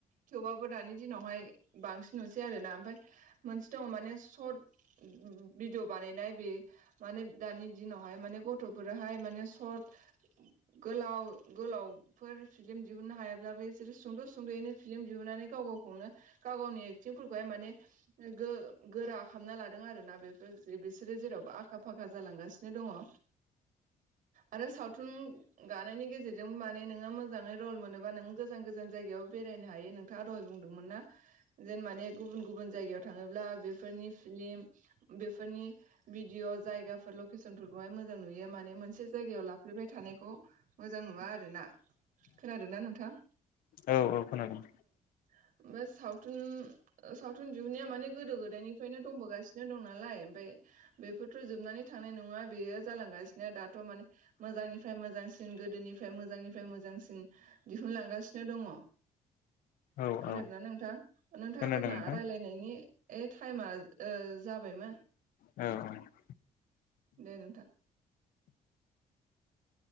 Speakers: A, on the right; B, on the left.
A: थेवबाबो दानि दिनावहाय बांसिन नुसै आरो ना ओमफ्राय मोनसे दङ माने सर्ट उमम भिडिअ बानायनाय बे माने दानि दिनावहाय माने गथ'फोरहाय माने सर्ट गोलाव गोलावफोर फिलिम दिहुननो हायाब्लाबो बिसोरो सुंद' सुंद'यैनो फिलिम दिहुननानै गाव गावखौनो गाव गावनि एक्टिंफोरखौहाय माने गो गोरा खालामनालादों आरो ना बेफोर बिसोरो जेरावबो आखा फाखा जालांगासिनो नो दङ आरो सावथुन गानायनि गेजेर जों माने नोङो मोजाङै रल मोनोबा नों गोजान गोजान जायगायाव बेरायनो हायो नोंथाङा दहय बुंदोंमोन ना। जेन माने गुबुन गुबुन जायगायाव थाङोब्ला बेफोरनि फिलिम बेफोरनि भिदिअ' जायगाफोर लकेसनफोरखौहाय मोजां नुयो माने मोनसे जायगायाव लाफ्लेबाय थानायखौ मोजां नुवा आरोना। खोनादों ना नोंथां?
B: औ औ खोनादों
A: <unintelligible> सावथुन ओ सावथुन दिहुनाया माने गोदो गोदायनिफ्रायनो दंबोगासिनो दं नालाय ओमफाय बेफोरथ' जोबनानै थांनाय नङा बेयो जालांगासिनो दाथ' माने मोजांनिफ्राय मोजांसिन गो गोदोनिफ्राय मोजांनिफ्राय मोजांसिन दिहुनलांगासिनो दङ।
B: औ
A: खोनादोंना
B: औ
A: नोंथां? नोंथां
B: खोनादों
A: जोंना
B: नोंथां
A: रायलायनायनि ए टाइमा ओ जाबायमोन।
B: औ औ।
A: देे नोंथां।